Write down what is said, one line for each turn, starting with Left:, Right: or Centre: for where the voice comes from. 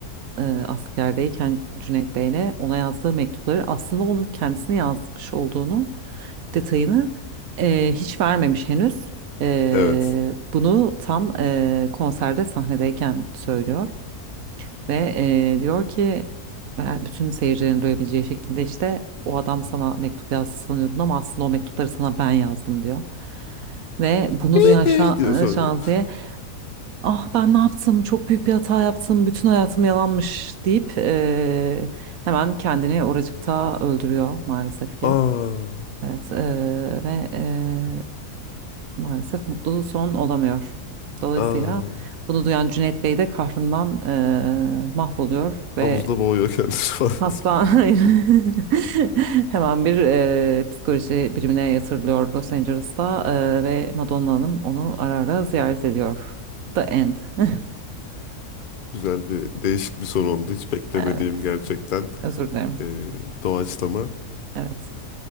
Right: eee, askerdeyken Cüneyt Bey'ine ona yazdığı mektupları aslında onun kendisine yazmış olduğunu detayını eee, hiç vermemiş henüz. Eee,
Left: Evet.
Right: bunu tam eee, konserde sahnedeyken söylüyor. Ve e, diyor ki e, bütün seyircilerin duyabileceği şekilde işte o adam sana mektup yazdı sanıyordun ama aslında o mektupları sana ben yazdım diyor. Ve bunu
Left: <laughs>
Right: duyan Şa-
Left: diyor sonra.
Right: e, Şaziye ah ben ne yaptım çok büyük bir hata yaptım bütün hayatım yalanmış deyip e, hemen kendini oracıkta öldürüyor maalesef ki.
Left: Aa,
Right: Evet e, ve e, maalesef mutlu son olamıyor. Dolayısıyla
Left: aa,
Right: bunu duyan Cüneyt Bey de kahrından e, mahvoluyor
Left: havuzda
Right: ve
Left: boğuyor kendisi <laughs> falan
Right: Hasta
Left: diyor.
Right: <laughs> hayır. <laughs> Hemen bir e, psikoloji birimine yatırılıyor Los Angeles'ta e, ve Madonna Hanım onu ara ara ziyaret ediyor. The End. <laughs>
Left: Güzel bir değişik bir son oldu. Hiç beklemediğim
Right: Evet.
Left: gerçekten
Right: Özür dilerim.
Left: e, doğaçlama.
Right: Evet.